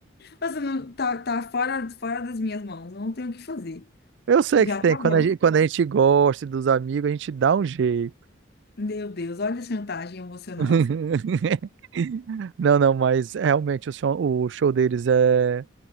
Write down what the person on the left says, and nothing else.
Você não, tá, tá fora, fora das minhas mãos, eu não tenho o que fazer.
Já
acabou.
Meu Deus, olha a chantagem emocional.